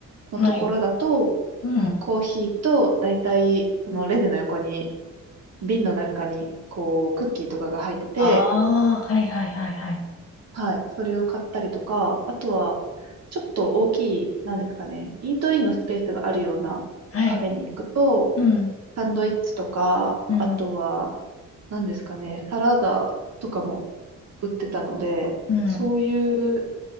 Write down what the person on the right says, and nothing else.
のところだと、
コーヒーとだいたいそのレジの横に、瓶の中に、こう、クッキーとかが入ってて、
はい、それを買ったりとか、あとは、ちょっと大きい、なんですかね、イートインのスペースがあるようなカフェに行くと、
サンドイッチとか、
あとは、何ですかね、サラダとかも売ってたので、
そういう